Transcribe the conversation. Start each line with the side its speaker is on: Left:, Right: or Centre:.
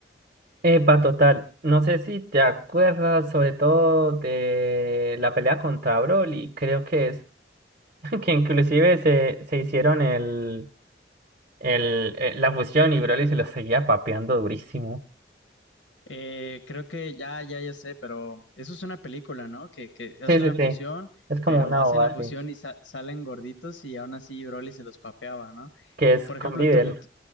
Right: Epa, total, no sé si te acuerdas sobre todo de la pelea contra Broly, creo que es, <laughs> que inclusive se, se hicieron el, el, eh, la fusión y Broly se lo seguía papeando durísimo.
Left: Eh, creo que ya, ya, ya sé, pero eso es una película, ¿no? Que, que hacen
Right: Sí, sí,
Left: la
Right: sí,
Left: fusión,
Right: es como
Left: pero
Right: una
Left: hacen
Right: bobada,
Left: la fusión
Right: sí.
Left: y sa- salen gorditos y aún así Broly se los papeaba, ¿no?
Right: que es
Left: Por
Right: con
Left: ejemplo,
Right: Videl.
Left: tú, t-